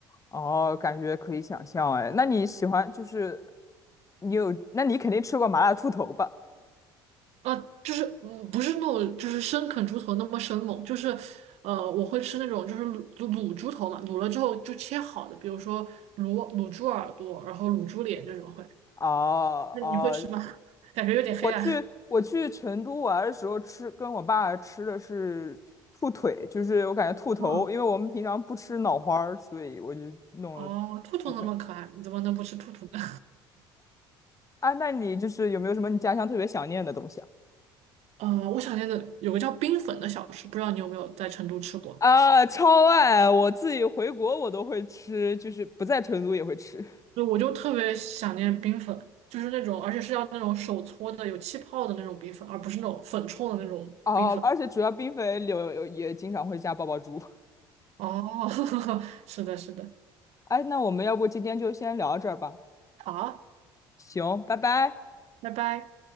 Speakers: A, on the left; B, on the right.
A: 哦，感觉可以想象哎。那你喜欢就是你有，那你肯定吃过麻辣兔头吧？
B: 啊、就是嗯，不是那种就是生啃猪头那么生猛，就是呃，我会吃那种就是卤就卤猪头嘛，卤了之后就切好的，比如说卤卤猪耳朵，然后卤猪脸这种会。
A: 哦哦，
B: 那你会吃吗？<laughs> 感觉有点黑暗。
A: 我去我去成都玩的时候吃，跟我爸吃的是兔腿，就是我感觉兔头，
B: 嗯，
A: 因为我们平常不吃脑花儿所以我就弄了
B: 哦，兔兔那么可爱，
A: 兔腿。
B: 你怎么能不吃兔兔呢？
A: 啊，那你就是有没有什么你家乡特别想念的东西啊？
B: <laughs> 呃，我想念的有个叫冰粉的小吃，不知道你有没有在成都吃过？
A: 啊，超爱！我自己回国我都会吃，就是不在成都也会吃。
B: 对，我就特别想念冰粉，就是那种，而且是要那种手搓的、有气泡的那种冰粉，而不是那种粉冲的那种冰粉。
A: 哦，而且主要冰粉里有有也经常会加爆爆珠。
B: 哦，<laughs> 是的，是的，
A: 哎，那我们要不今天就先聊到这儿吧？
B: 好，
A: 行，拜拜。
B: 拜拜。